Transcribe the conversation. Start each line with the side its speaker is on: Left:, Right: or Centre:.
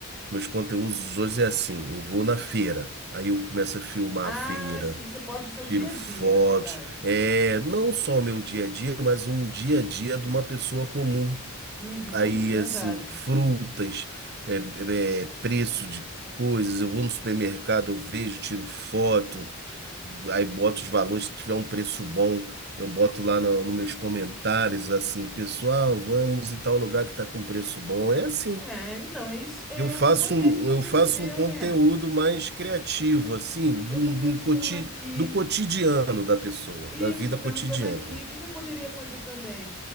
Right: Meus conteúdos hoje é assim, eu vou na feira, aí eu começo a filmar
Centre: Ah,
Right: a feira,
Centre: se você posta o seu
Right: tiro
Centre: dia
Right: fotos,
Centre: a dia, na verdade.
Right: é, não só o meu dia a dia, mas um dia a dia de uma pessoa comum
Centre: Uhum,
Right: aí
Centre: verdade.
Right: assim, frutas, é, é, é, preço de coisas. Eu vou no supermercado, eu vejo, tiro foto, aí boto os valores. Se tiver um preço bom, eu boto lá no, nos meus comentários, assim, pessoal, vamos em tal lugar que está com preço bom. É assim.
Centre: É, então, é isso. É
Right: Eu faço
Centre: uma boa ideia
Right: um,
Centre: que você
Right: eu faço
Centre: me deu,
Right: um conteúdo
Centre: né?
Right: mais criativo, assim, do,
Centre: Eu tô pensando
Right: do, coti,
Centre: aqui.
Right: do cotidiano da pessoa,
Centre: Isso,
Right: da vida
Centre: eu tô pensando
Right: cotidiana.
Centre: aqui. O que que eu poderia fazer também?